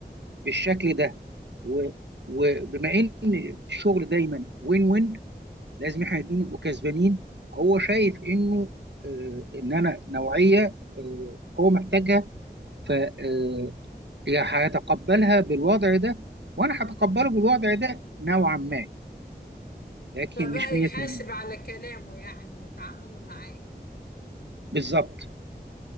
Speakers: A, on the right (about 85°); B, on the left (about 65°).
A: بالشكل ده و- وبما ان الشغل دايما وين وين لازم احنا الاثنين نبقوا كسبانين هو شايف انه آه ان انا نوعيه آه هو محتاجها ف آه، يا هيتقبلها بالوضع ده وانا هتقبله بالوضع ده نوعا ما لكن
B: فبقى
A: مش 100%
B: يحاسب على كلامه يعني وتعامله معاه
A: بالظبط